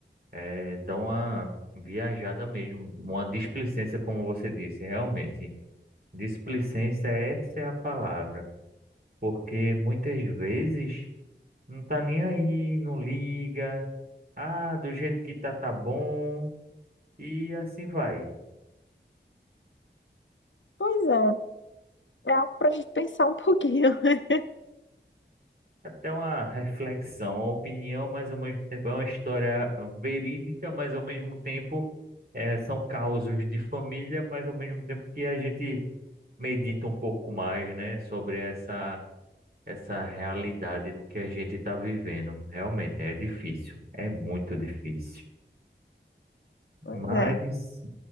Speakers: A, on the right (about 55°); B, on the left (about 85°).
A: é, dão uma viajada mesmo, uma displicência, como você disse, realmente. Displicência, essa é a palavra, porque muitas vezes não tá nem aí, não liga, ah, do jeito que tá, tá bom, e assim vai.
B: Pois é, é algo pra gente pensar um pouquinho. <laughs>
A: Até uma reflexão, uma opinião, mas ao mesmo tempo é uma história verídica, mas ao mesmo tempo eh, são causos de família, mas ao mesmo tempo que a gente medita um pouco mais, né, sobre essa. essa realidade do que a gente está vivendo. Realmente é difícil, é muito difícil.
B: Pois
A: Mas
B: é.